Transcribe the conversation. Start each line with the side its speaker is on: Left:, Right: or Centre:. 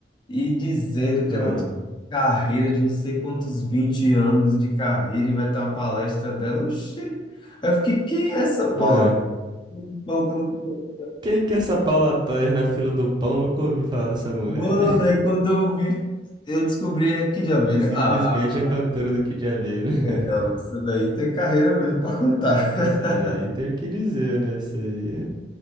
Left: e dizendo que
Right: ah,
Left: ela tinha carreira de não sei quantos 20 anos de carreira e vai ter uma palestra dela. Oxi! Aí eu fiquei, quem é essa Paula?
Right: ah.
Left: Toller?
Right: Quem que é essa Paula Toller na fila do pão? Nunca ouvi falar dessa mulher,
Left: Mano,
Right: né? <laughs>
Left: aí quando eu vi, eu descobri aqui de abelha.
Right: Simplesmente
Left: Ah,
Right: a cantora do Kid Abelha. <laughs>
Left: é, não, isso daí tem carreira mesmo pra contar. <laughs>
Right: Isso aí tem o que dizer, né? Isso aí...